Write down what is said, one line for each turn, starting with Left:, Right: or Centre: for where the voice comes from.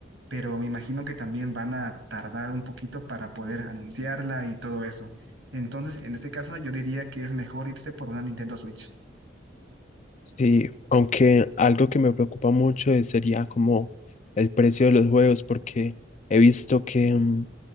Right: pero me imagino que también van a tardar un poquito para poder anunciarla y todo eso. Entonces, en este caso, yo diría que es mejor irse por una Nintendo Switch.
Left: Sí, aunque algo que me preocupa mucho es- sería como el precio de los juegos, porque he visto que, mm,